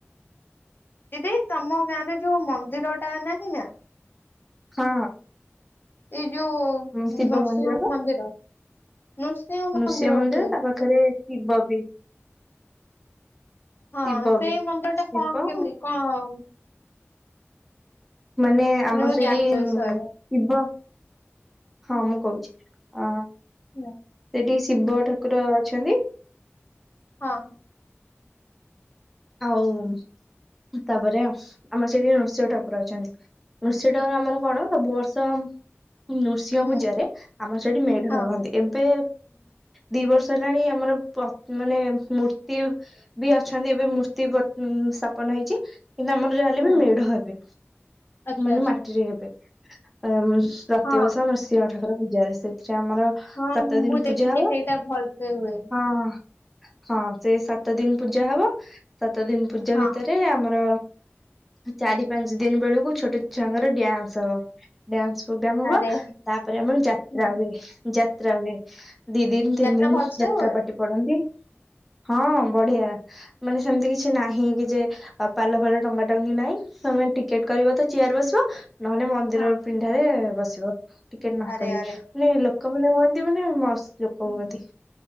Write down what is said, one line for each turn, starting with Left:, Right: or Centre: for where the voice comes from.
Left: ଦିଦି ତମ ଗାଁ ରେ ଯୋଉ ମନ୍ଦିର ଟା ନାହିଁ ନା।
Centre: ହଁ।
Left: ହ <unintelligible> ଯଉ
Centre: ମୁଁ ଶିବ
Left: ନୃସିଂହ
Centre: ବା
Left: ମନ୍ଦିର। ନୃସିଂହ
Centre: ନୃସିଂହ ମନ୍ଦିର
Left: ବୋଧେ
Centre: ତା ପାଖରେ ଥିବ ବି
Left: ହଁ
Centre: ଶିବ
Left: ସେଇ
Centre: ବି
Left: ମନ୍ଦିର ଟା
Centre: ଶିବ
Left: କଣ କେମିତି କଣ?
Centre: ମାନେ ଆମର
Left: ମୁଁ
Centre: ସେଠିଶିବ
Left: ଜାଣିଛି ସେ ବିଷୟରେ
Centre: ହଁ ମୁଁ କହୁଛି ଅ
Left: ହୁଁ,
Centre: ସେଠି ଶିବ ଠାକୁର ଅଛନ୍ତି।
Left: ହଁ,
Centre: ଆଉ ତାପରେ ଆମର ସେଠି ନୃସିିଂହ ଠାକୁର ଅଛନ୍ତି ନୃସିିଂହ ଠାକୁର ଆମର କଣ ସବୁ ବର୍ଷ, ନୃସିଂହ
Left: ହୁଁ
Centre: ପୂଜାରେ ଆମର ସେଠି ମେଢ
Left: ହଁ
Centre: ହୁଅନ୍ତି ଏବେ ଦି ବର୍ଷ ହେଲାଣି ଆମର ମାନେ ମୂର୍ତ୍ତି ବି ଅଛନ୍ତି ଏବେ ମୂର୍ତ୍ତି ମୂର୍ତ୍ତି ସ୍ଥାପନ ହେଇଛି କିନ୍ତୁ ଆମର ଯାହା ହେଲେ
Left: ହୁଁ
Centre: ବି ମେଢ ହେବେ
Left: ଆଚ୍ଛା
Centre: ମାନେ
Left: ଆଚ୍ଛା
Centre: ମାଟିରେ ହେବେ। ଆରବରସ ପ୍ରତିବର୍ଷ
Left: ହଁ
Centre: ନୃସିଂହ ଠାକୁର ଏଥର ପୂଜା ରେ ସେ ସେ ଆମର
Left: ହଁ
Centre: ସାତ ଦିନ
Left: ମୁଁ ଦେଖିଛି
Centre: ପୂଜା ହବ
Left: ସେଇଟା ଭଲସେ ହୁଏ
Centre: ହଁ, ହଁ ସେ ସାତ ଦିନ ପୂଜା ହବ। ସାତ ଦିନ ପୂଜା
Left: ହଁ
Centre: ଭିତରେ ଆମର ଚାରି ପାଞ୍ଚ ଦିନ ବେଳକୁ ଛୋଟ ଛୁଆଙ୍କର ଡ୍ୟାନ୍ସ ହବ ଡ୍ୟାନ୍ସ ପୋଗ୍ରାମ ହବ
Left: ଆରେ
Centre: ତାପରେ ଆମର ଯାତ୍ରା
Left: ହୁଁ
Centre: ହୁଏ ଯା ଯାତ୍ରା ହୁଏ। ଦି ଦିନ ତିନି
Left: ଯାତ୍ରା
Centre: ଦିନ
Left: ଭଲସେ
Centre: ଯାତ୍ରା
Left: ହୁଏ
Centre: ପାଟି ପଡନ୍ତି। ହଁ ବଢିଆ ମାନେ ସେମିତି କିଛି ନାହିଁ କି ଯେ ପାଲ ଫାଲ ଟଙ୍ଗା ଟଙ୍ଗି ନାହିଁ ତମେ ଟିକେଟ କରିବ ତ ଚେୟାର ବସିବ। ନହେଲେ ମନ୍ଦିର
Left: ହଁ
Centre: ପିଣ୍ଡା ରେ ବସିବ। ବସିବ। ଟିକେଟ ନ
Left: ଆରେ
Centre: କରିକି
Left: ଆରେ
Centre: ମାନେଲୋକ ଲୋକମାନେ ହୁଅନ୍ତି ମାନେ ମସ୍ତ ଲୋକ ହୁଅନ୍ତି